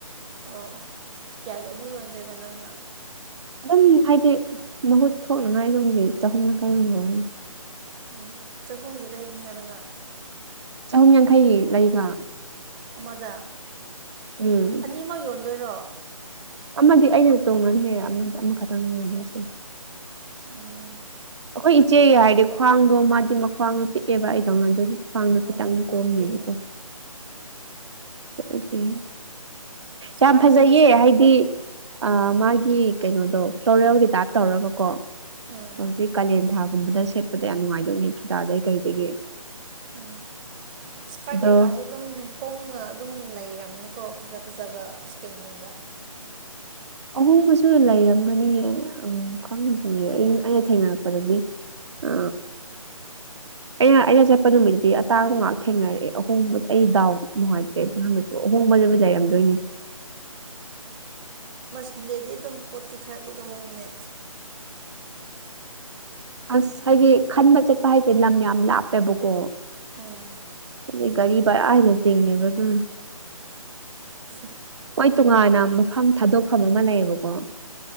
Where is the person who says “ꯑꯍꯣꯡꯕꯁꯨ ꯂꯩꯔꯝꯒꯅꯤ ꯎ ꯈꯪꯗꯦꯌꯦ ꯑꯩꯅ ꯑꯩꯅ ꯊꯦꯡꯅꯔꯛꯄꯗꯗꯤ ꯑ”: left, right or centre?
Right